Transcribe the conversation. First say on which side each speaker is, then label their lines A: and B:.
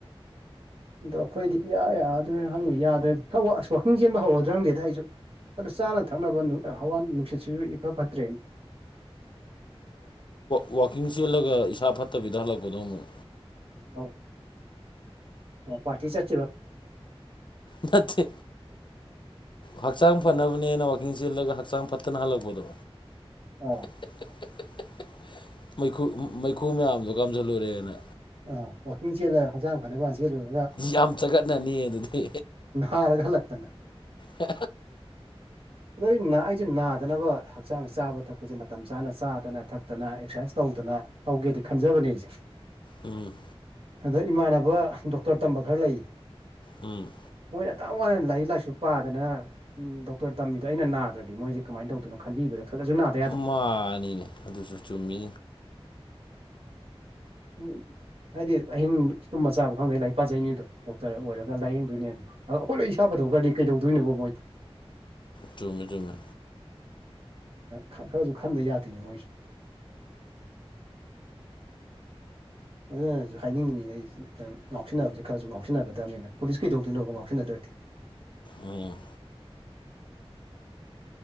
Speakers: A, on the right; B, on the left.
A: ꯑꯗꯣ ꯑꯩꯈꯣꯏꯗꯤ ꯏꯌꯥ ꯌꯥꯗ꯭ꯔꯅ ꯍꯪꯗꯦ ꯌꯥꯗ꯭ꯔꯦ ꯈꯔ ꯋꯥꯥꯛꯀꯤꯡ ꯆꯦꯟꯕ ꯍꯧꯔꯗ꯭ꯔ ꯈꯪꯗꯦꯗ ꯑꯩꯁꯨ ꯑꯗ‌ꯣ ꯆꯥꯅ ꯊꯛꯅꯕ ꯍꯋꯥ ꯅꯨꯡꯁꯤꯠꯁꯤꯁꯨ ꯏꯐ ꯐꯠꯇ꯭ꯔꯦꯅꯤ
B: ꯋꯥꯋꯥꯛꯀꯤꯡ ꯆꯦꯜꯂꯒ ꯏꯁꯥ ꯐꯠꯇꯕꯤꯗ ꯍꯜꯂꯛꯄꯗꯣ ꯑꯃꯨꯛ
A: ꯑꯧ ꯑꯣ ꯄꯥꯔꯇꯤ ꯆꯠ
B: ꯅꯠꯇꯦ ꯍꯛꯆꯥꯡ ꯐꯅꯕꯅꯦꯅ ꯋꯥꯛꯀꯤꯡ ꯆ‌ꯦꯜꯂꯒ ꯍꯛꯆꯥꯡ ꯐꯠꯇꯅ ꯍꯜꯂꯛꯄꯗꯣ
A: ꯑꯥ
B: <unintelligible> ꯃꯩꯈꯨ ꯃꯩꯈꯨ ꯃꯌꯥꯝꯗꯣ ꯀꯥꯝꯁꯤꯜꯂꯨꯔꯦꯅ
A: ꯑ ꯋꯥꯀꯤꯡ ꯆꯦꯜꯂꯒ ꯍꯛꯆꯥꯡ ꯐꯠꯅꯕꯅ ꯆꯦꯜꯂꯨꯔꯦ
B: ꯌꯥꯝ ꯆꯒꯠꯅꯅꯤ ꯑꯗꯨꯗꯤ
A: ꯍꯔꯒꯜ ꯂꯥꯛꯇꯅꯦꯅ
B: ꯍ
A: ꯑꯗ ꯑꯩꯁꯦ ꯅꯥꯗꯅꯕ ꯍꯛꯆꯥꯡ ꯆꯥꯕ ꯊꯛꯄꯁꯦ ꯃꯇꯝ ꯆꯥꯅ ꯆꯥꯗꯅ ꯊꯛꯇꯅ ꯑꯦꯛꯁꯔꯁꯥꯏꯁ ꯇꯧꯗꯅ ꯇꯧꯒꯦꯗꯤ ꯈꯟꯖꯕꯅꯦ ꯑꯩꯁꯦ
B: ꯎꯝ
A: ꯑꯗ ꯏꯃꯥꯟꯅꯕ ꯗꯣꯛꯇꯔ ꯇꯝꯕ ꯈꯔ ꯂꯩꯌꯦ
B: ꯎꯝ
A: ꯃꯣꯏꯅ ꯋꯥꯏꯅ ꯂꯥꯏꯔꯤꯛ ꯂꯥꯏꯁꯨ ꯄꯥꯗꯅ ꯎꯝ ꯗꯣꯛꯇꯔ ꯇꯝꯃꯤꯗꯣ ꯑꯩꯅꯅꯥꯗ꯭ꯔꯗꯤ ꯃꯣꯏꯦ ꯀꯃꯥꯏ ꯇꯧꯗꯅꯣ ꯈꯟꯕꯤꯕꯗ ꯈꯗꯅꯁꯨ ꯅꯥꯗ꯭ꯔꯦ
B: ꯃꯥꯅꯤꯅꯦ ꯑꯗꯨꯁꯨ ꯆꯨꯝꯃꯤ
A: ꯎꯝ ꯍꯥꯏꯗꯤ ꯑꯍꯤꯡ ꯇꯨꯝꯕ ꯆꯥꯕ ꯈꯪꯗꯩ ꯂꯥꯏꯔꯤꯛ ꯄꯥꯖꯩꯅꯤꯗꯣ ꯗꯣꯛꯇꯔ ꯑꯣꯏꯔꯒ ꯂꯥꯏꯌꯦꯡꯗꯣꯏꯅꯦ ꯑꯗꯨꯅ ꯑ ꯑꯩꯈꯣꯏ ꯂꯣꯏ ꯏꯁꯥꯐꯗ‌ꯣꯛꯈꯔꯗꯤ ꯀꯩꯗꯧꯗꯣꯏꯅ‌ꯣ ꯃꯣꯏꯗꯣ
B: ꯇꯨꯝꯃꯦ-ꯇꯨꯝꯃꯦ
A: ꯈꯔꯁꯨ ꯈꯟꯗ ꯌꯥꯗꯦ ꯃꯣꯏꯁꯨ ꯑꯗꯨꯁꯨ ꯍꯥꯏꯅꯤꯡꯉꯤꯅꯤꯅꯦ ꯑꯩ ꯉꯥꯎꯁꯤꯟꯅꯕꯁꯦ ꯈꯔꯁꯨ ꯉꯥꯎꯁꯤꯟꯅꯒꯗꯕꯅꯤꯅ ꯄꯨꯂꯤꯁ ꯀꯩꯗꯧꯗꯣꯏꯅꯣꯕ ꯉꯥꯎꯁꯤꯟꯅꯗ꯭ꯔꯗꯤ
B: ꯎꯝ